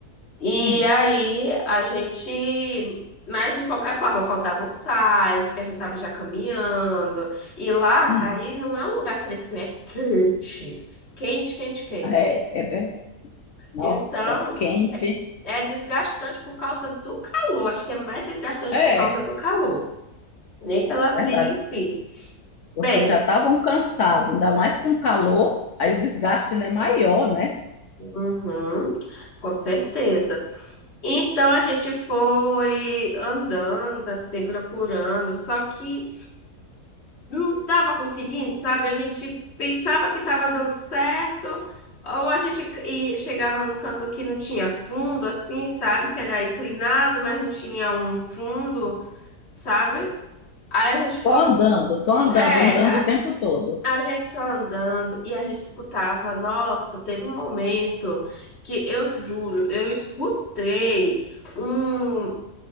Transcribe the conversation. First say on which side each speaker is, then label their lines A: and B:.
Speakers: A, on the left (about 40°); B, on the left (about 55°).
A: E
B: Hum,
A: aí a gente. Mas de qualquer forma, faltavam sais, porque a gente tava já caminhando. E lá,
B: hum.
A: cara, e não é um lugar fresquinho, é quente. Quente, quente, quente.
B: É, é verdade. Nossa,
A: Então,
B: quente.
A: é, é desgastante por causa do calor. Acho que é mais desgastante
B: É,
A: por causa do calor. Nem pela trilha
B: verdade.
A: em si.
B: Vocês
A: Bem,
B: já estavam cansados, ainda mais com calor, aí o desgaste ainda é maior, né?
A: uhum, com certeza. Então a gente foi andando, assim, procurando. Só que. não estava conseguindo, sabe? A gente pensava que estava dando certo, ou a gente e chegava num canto que não tinha fundo, assim, sabe? Que era inclinado, mas não tinha um fundo, sabe? Aí a gente
B: Só
A: ficou,
B: andando, só andando,
A: é,
B: andando
A: a,
B: o tempo todo.
A: a gente só andando e a gente escutava. Nossa, teve um momento que eu juro, eu escutei um,